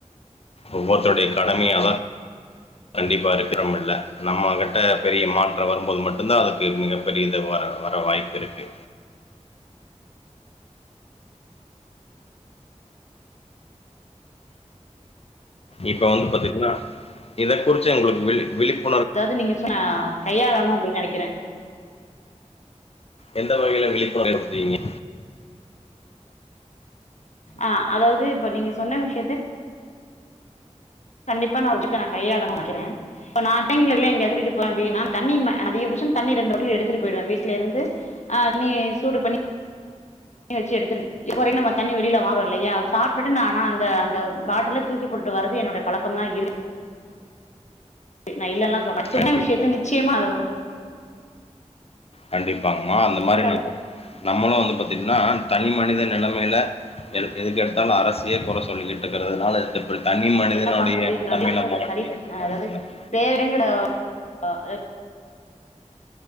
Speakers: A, on the left (about 55°); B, on the left (about 70°).
A: ஒவ்வொருத்தருடைய கடமையாதான் கண்டிப்பா இருக்கிறோம இல நம்ம கிட்ட பெரிய மாற்றம் வரும்போது மட்டும்தான் அதுக்கு மிகப்பெரியது வர வர வாய்ப்பு இருக்கு இப்ப வந்து பாத்தீங்கன்னா இதை குறிச்சு உங்களுக்கு விழி விழிப்பு
B: அதாவது நீங்க சொன்ன கையாளணும் அப்டின்னு நெனைக்கிறேன்
A: எந்த வகையில விழிப்புணர்வு ஏற்படுத்துறிங்க
B: அஹ் அதாவது இப்ப நீங்க சொன்ன விஷயத்த கண்டிப்பா நான் ஒரு விஷயத்த நான் கையாளனும் நெனைக்கிறேன் இப்போான்ட்டங்கல எங்க கூட்டிட்டு போவேன்ப்படின்னா தண்ணி அதிகபட்சம் தண்ணி ரெண்டு வட்டலும் எடுத்துட்டு போயிடுவேன் வீட்டுல இருந்துஹ் தண்ணி சூடு பண்ணி தண்ணி வச்சு எடுத்துட்டு இப்பவரைகும் நம்ம தண்ணி வெளியில வாங்கறோம் இல்லையா சாப்பிட்டு நான்னா அந்த அந்த பாட்டில்ல தூக்கி போட்டு வர்து என்னோட பழக்கமா தான் இருக் ந இல்லல்லாம் சொல்ல சொன்ன
A: கண்டிப்பா,
B: விஷயத்த நிச்சயமாக அத வந்து
A: கண்டிப் ப்பிங்கமா அந்த மாரி
B: வந்து அத
A: ந நம்மளும் வந்து பார்த்தீங்கன்னா தனி மனித நெலமைல எ எதுக்கு எடுத்தாலும் அரசயே குறை சொல்லிக்கிட்டு இருக்கிறதுனால தனி மனிதனுடைய
B: என்ன பண்ணும் அப்படின்ற
A: நிலைமையில மாற்றம்
B: சரி
A: ஏற்பட்டா
B: அதாவது
A: மட்டும்தான்
B: வே இடங்கட ஆ